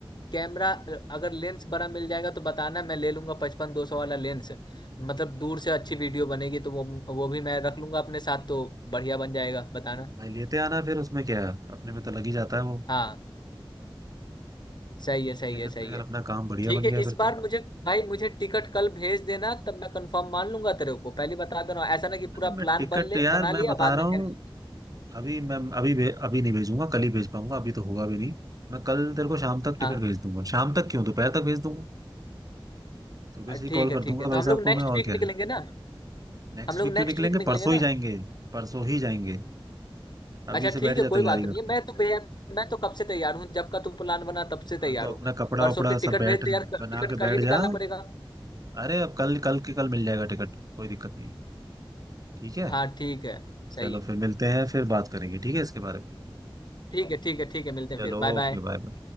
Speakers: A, on the left (about 50°); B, on the right (about 40°).
A: कैमरा अगर लेंस बड़ा मिल जाएगा तो बताना मैं ले लूंगा पचपन दो सौ वाला लेंस मतलब दूर से अच्छी वीडियो बनेगी तो वो वो भी मैं रख लूंगा अपने साथ तो बढ़िया बन जाएगा बताना
B: भाई लेते आना फिर उसमें क्या है अपने में तो लग ही जाता है वो
A: हाँ सही है सही
B: ये
A: है
B: फिर
A: सही
B: तो यार
A: है
B: अपना काम बढ़िया
A: ठीक
B: बन गया
A: है
B: फिर
A: इस बार
B: तो
A: मुझे भाई मुझे टिकट कल भेज देना तब मैं कंफर्म मान लूंगा तेरे को पहले बता दे रहा हूँ ऐसा ना कि
B: अरे
A: पूरा
B: मैं
A: प्लान
B: टिकट
A: बन ले
B: यार
A: बना
B: मैं
A: लिया
B: बता
A: बाद
B: रहा
A: में कैंसिल
B: हूँ अभी मैं अभी भे, अभी नहीं भेजूंगा कल ही भेज पाऊंगा अभी तो होगा भी नहीं मैं कल तेरे को शाम तक टिकट
A: हाँ
B: भेज दूंगा शाम तक क्यों दोपहर तक भेज दूंगा सुबह से ही
A: ठीक
B: कॉल
A: है
B: कर
A: ठीक
B: दूंगा
A: है तो
B: भाई
A: हम लोग
B: साहब को
A: नेक्स्ट
B: मैं और
A: वीक
B: क्या है
A: निकलेंगे ना
B: नेक्स्ट
A: हम लोग
B: वीक
A: नेक्स्ट
B: क्यों निकलेंगे
A: वीक निकलेंगे
B: परसों ही
A: ना
B: जाएंगे परसों ही जाएंगे अभी
A: अच्छा
B: से
A: ठीक
B: बैठ जा
A: है कोई
B: तैयारी
A: बात
B: करके
A: नहीं है मैं तो भैया मैं तो कब से तैयार हूँ जब का तू प्लान बना तब से
B: हाँ
A: तैयार
B: तो
A: हूँ
B: अपना
A: मैं
B: कपड़ा
A: परसों
B: वपड़ा
A: फिर टिकट
B: सब बैठ
A: भेज दे यार
B: बना
A: टिकट
B: के
A: कल
B: बैठ
A: ही निकालना
B: जा
A: पड़ेगा
B: अरे अब कल कल के कल मिल जाएगा टिकट कोई दिक्कत नहीं ठीक है
A: हाँ ठीक है सही
B: चलो
A: है
B: फिर मिलते हैं फिर बात करेंगे ठीक है इसके बारे में
A: ठीक है ठीक है ठीक है मिलते हैं
B: चलो
A: फिर बाय
B: ओके
A: बाय
B: बाय